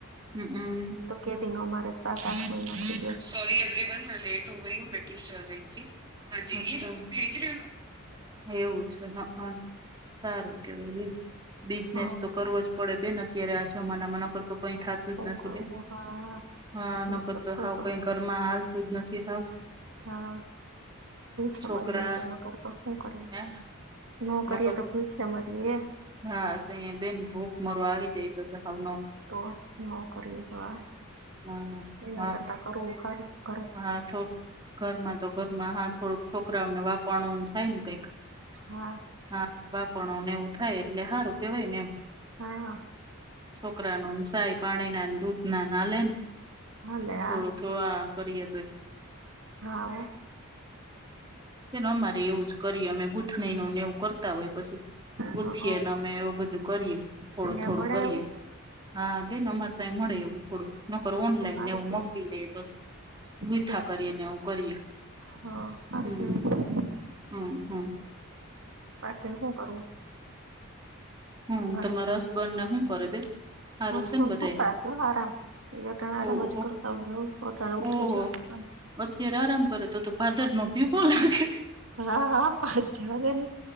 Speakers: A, on the right; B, on the right.
A: હમમ
B: કેદિનો અમારે સાત આઠ મહિના થ
A: સોરી એવ્રીવન મે લેટ હો ગય હું મે થે રહીી હાજી એ ભેજ ર એવું છે હઅ સારું કેવાય લ્યો બિઝનેસ
B: હા
A: તો કરવો જ પડે બેન અત્યારે આજમાના નકર તો કઈ થતું
B: શું
A: જ નથી
B: કરવું
A: બેન
B: હા
A: હા ન
B: નકર
A: કરતો
B: શું
A: હાવ
B: કરવું
A: કઈ ઘર માં હાલતું જ નથી હાવ
B: હા ભૂખે
A: છોકરા
B: મરીએ નકર તો શું કરીએ
A: હે
B: નો કરીએ
A: નકર
B: તો ભૂખે મરીએ
A: હા તયે બેન ભૂખમરો આવી જાય તો તો સાવ
B: તો ન કરીએ આ
A: હા
B: એના
A: હા
B: કરતા કરવું સારું
A: હા તો ઘરમાં તો ઘરમાં હા થોડુંક છોકરાઓને વાપરવું થાય ને કઈક
B: હ
A: હા વાપરણું ને એવું થાય એટલે સારું કેવાય ને એમ
B: હા
A: છોકરાનું સાય પાણીના દૂધ નાન હાને
B: હાલે
A: થોડું
B: આ
A: ધોઆ કરીએ તોય
B: હાહો
A: બેન અમારે એવું જ કરીએ અમે ગૂથની નુંને એવું કરતા હોય પછી ગુથીએ
B: હો હઅ
A: ને અમે એવું બધું કરીએ થોડું
B: ત્યાં
A: થોડું
B: મળે
A: કરીએ
B: એવું
A: હા બેન અમાર તે આયા મળે એવું થોડુંક નકર ઓનલાઈન
B: તો સારું
A: નેવું
B: કેવાય
A: મગવી લે પસી ગુઈથા
B: છે
A: કરીને
B: તો
A: એવું કરીએ
B: હા સારું
A: હમ
B: કેવાય
A: હમ હમ
B: બાકીને સુ કરવું
A: હમ
B: ઘરે
A: તમારા હસબન્ડ ને શું કરે બેન હારું
B: હસબન્ડ
A: છે ને બધાને
B: સૂતા હો આરામ ઈ અટાણે આરામ
A: ઓહો
B: જ કરતા હોય અટાણે ઉઠે
A: ઓહો
B: ઊઠે જો
A: અત્યારે આરામ કરે તો તો ભાદર નો ભીપો લાગે
B: હા હા વાત જવાદે ને